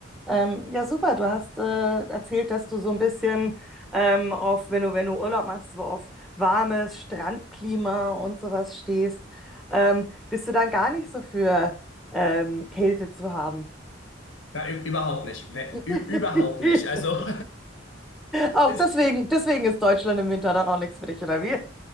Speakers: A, in the centre; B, on the left (about 85°).
A: Ähm, ja, super. Du hast äh, erzählt, dass du so ein bisschen ähm, auf, wenn du, wenn du Urlaub machst, so auf warmes Strandklima und sowas stehst. Ähm, bist du dann gar nicht so für ähm, Kälte zu haben?
B: Na, ü- überhaupt nicht. Ne,
A: <laughs>
B: ü- überhaupt nicht. Also <laughs>
A: Auch
B: ist,
A: deswegen, deswegen ist Deutschland im Winter dann auch nichts für dich, oder wie?